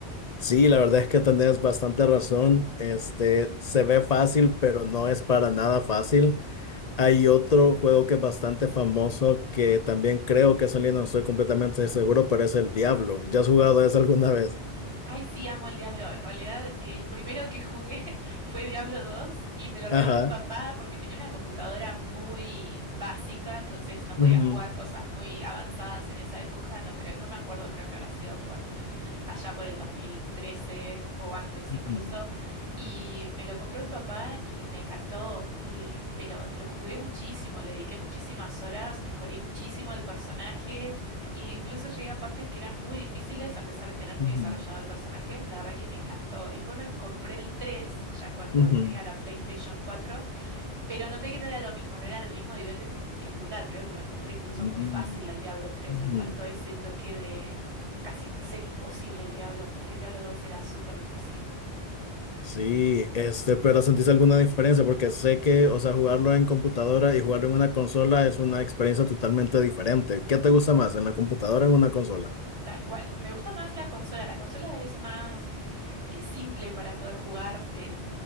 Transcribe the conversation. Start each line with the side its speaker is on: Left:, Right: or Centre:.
Left: Sí, la verdad es que tenés bastante razón. Este, se ve fácil, pero no es para nada fácil. Hay otro juego que es bastante famoso que también creo que es en línea, no estoy completamente seguro, pero es el Diablo. ¿Ya has jugado eso alguna vez?
Right: Ay, sí, amo el Diablo. En realidad, el primero que jugué <laughs> fue Diablo 2 y me lo regaló
Left: Ajá.
Right: mi papá porque tenía una computadora muy básica, entonces no podía
Left: Ujú,
Right: jugar cosas muy avanzadas en esa época. No creo, no me acuerdo, creo que habrá sido por allá por el 2013 o antes
Left: ujú,
Right: incluso, y me lo compró mi papá y me encantó, l- pero lo jugué muchísimo, le dediqué muchísimas horas, mejoré muchísimo el personaje, e incluso llegué a partes que eran muy difíciles a pesar de tener muy
Left: ujú,
Right: desarrollado el personaje, la verdad que me encantó. Y después me compré el 3 ya cuando
Left: ujú,
Right: tenía la PlayStation 4. Pero noté que no era lo mismo, no era el mismo nivel de dific- dificultad. Creo que lo encontré incluso
Left: ujú,
Right: muy fácil al Diablo 3.
Left: ujú.
Right: Le faltó ese toque de casi ser imposible el Diablo, porque el Diablo 2 era súper difícil.
Left: Sí, este, pero ¿sentís alguna diferencia? Porque sé que, o sea, jugarlo en computadora y jugarlo en una consola es una experiencia totalmente diferente. ¿Qué te gusta más, en la computadora o en una consola?
Right: Tal cual. Me gusta más la consola. La consola es más Es simple para poder jugar. eh,